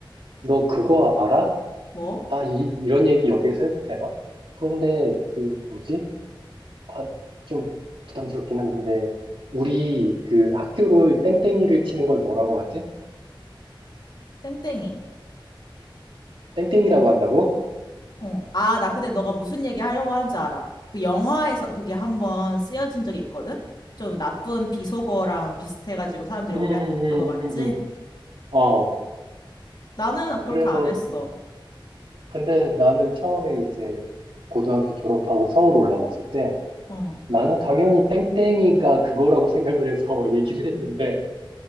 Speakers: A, on the right; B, on the left.
A: 너 그거 알아?
B: 뭐?
A: 아, 이, 이런 얘기 여기에서 해도 되나? 그런데, 그, 뭐지? 아, 좀 부담스럽긴 한데, 우리 그 학교로 땡땡이를 치는 걸 뭐라고 하지?
B: 땡땡이.
A: 땡땡이라고 한다고?
B: 어, 아, 나 근데 너가 무슨 얘기 하려고 하는지 알아. 그 영화에서 그게 한번 쓰여진 적이 있거든? 좀 나쁜 비속어랑 비슷해가지고 사람들이
A: 음,
B: 오해하는
A: 음,
B: 그거 맞지?
A: 음, 음, 음. 어,
B: 나는 그렇게
A: 그래서,
B: 안 했어.
A: 근데 나는 처음에 이제 고등학교 졸업하고 서울 올라왔을 때,
B: 응.
A: 나는 당연히 땡땡이가 그거라고 생각을 해서 <laughs> 얘기를 했는데,